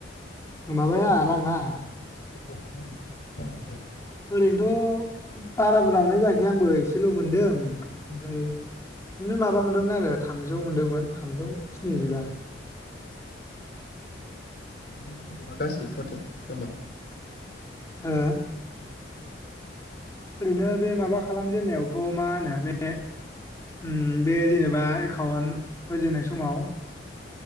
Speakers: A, on the left; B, on the left.
A: माबाया राङा
B: <unintelligible>
A: ओरैनोथ' बारा बुरजा मोननाय जायाखै आंबो एसेल' मोनदों ओमफ्राय बिदिनो माबा मोनदोंमोन आरो थामजौ मोनदोंमोन थामजौ स्निजिबा
B: थामजौ स्निजिबा गासै थटेल नामा
A: हो ओरैनो बे माबा खालामजेननायावथ' मा होनो बे ओ बे जेनेबा एकाउन्ट होजेननाय समाव